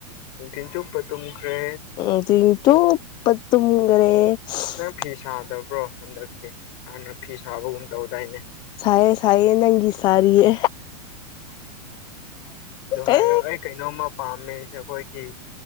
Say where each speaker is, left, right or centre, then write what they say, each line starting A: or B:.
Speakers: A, on the left (about 35°); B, on the left (about 20°).
A: ꯅꯨꯡꯊꯤꯟ ꯆꯨꯞꯄ ꯇꯨꯝꯈ꯭ꯔꯦ
B: ꯅꯨꯡꯗꯤꯟ ꯆꯨꯞꯄ ꯇꯨꯝꯒꯔꯦ <unintelligible>
A: ꯅꯪ ꯐꯤ ꯁꯥꯗꯕ꯭ꯔꯣ ꯍꯟꯗꯛꯇꯤ ꯍꯥꯟꯅ ꯐꯤ ꯁꯥꯕꯒꯨꯝ ꯇꯧꯗꯥꯏꯅꯦ
B: ꯁꯥꯏꯌꯦ ꯁꯥꯏꯌꯦ ꯅꯪꯒꯤ ꯁꯥꯔꯤꯌꯦ
A: ꯗꯨ ꯍꯥꯏꯔꯛꯑꯩ
B: ꯑꯦ
A: ꯀꯩꯅꯣꯝꯃ ꯄꯥꯝꯃꯦ ꯑꯩꯖꯦ ꯑꯈꯣꯏꯒꯤ